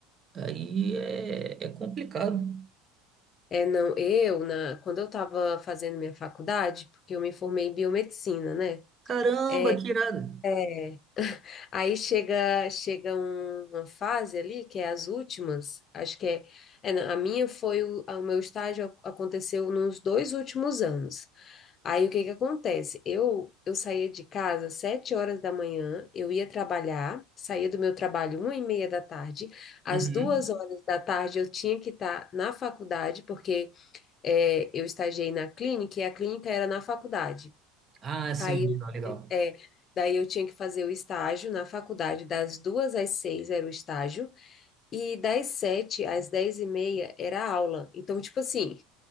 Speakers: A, on the right; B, on the left.
A: aí é, é complicado.
B: é, não, eu, na, quando eu estava fazendo minha faculdade, porque eu me formei em biomedicina, né?
A: Caramba,
B: é,
A: que irado.
B: É. <laughs> Aí chega, chega um- uma fase ali, que é as últimas, acho que é, é, não, a minha foi, o, o meu estágio ac- aconteceu nos dois últimos anos. Aí o que que acontece? Eu, eu saía de casa às sete horas da manhã, eu ia trabalhar, saía do meu trabalho uma e meia da tarde, às
A: Uhum.
B: duas horas da tarde eu tinha que estar na faculdade, porque é, eu estagiei na clínica e a clínica era na faculdade.
A: Ah, sim,
B: Aí,
A: legal, legal.
B: é, daí eu tinha que fazer o estágio na faculdade, das duas às seis era o estágio, e das sete às dez e meia era a aula. Então, tipo assim,